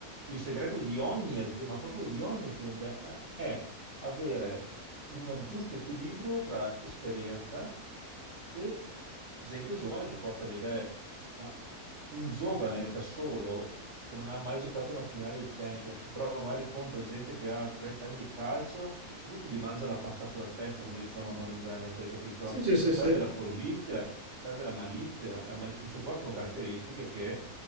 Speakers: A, on the right; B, on the right.
A: Il segreto di ogni azienda, ma proprio di ogni azienda, eh, è avere un giusto equilibrio tra esperienza e gente giovane che porta le idee. Ma un giovane da solo, che non ha mai giocato una finale di Champions, si trova magari contro gente che ha 30 anni di calcio e questi gli mangiano la pasta sulla testa, come diciamo noi in Veneto, hai capito?
B: Sì, sì, sì,
A: Serve
B: sì,
A: la furbizia, serve la malizia. La mali- queste qua sono caratteristiche che